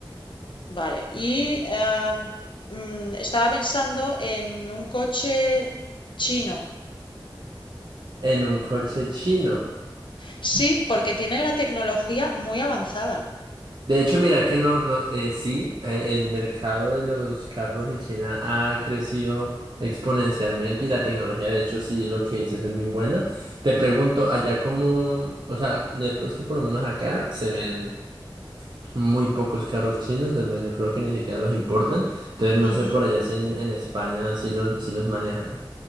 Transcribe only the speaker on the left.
Vale, y em, mm, estaba pensando en un coche chino.
Sí, porque tienen la tecnología muy avanzada.
Ujú.